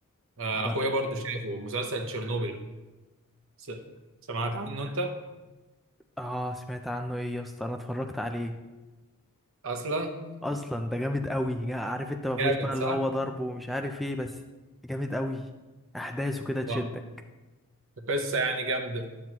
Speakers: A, on the right; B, in the centre.
A: آه،
B: ده
A: اخويا برضو شافه مسلسل تشيرنوبيل س- سمعت عنه انت
B: اه سمعت عنه ايه يا اسطى انا اتفرجت عليه
A: اصلا
B: اصلا ده جامد قوي جا- عارف انت ما
A: جامد
B: فيهوش بقى
A: صح
B: اللي هو ضرب ومش عارف ايه بس جامد قوي احداثه كده تشدك
A: آه. قصه يعني جامده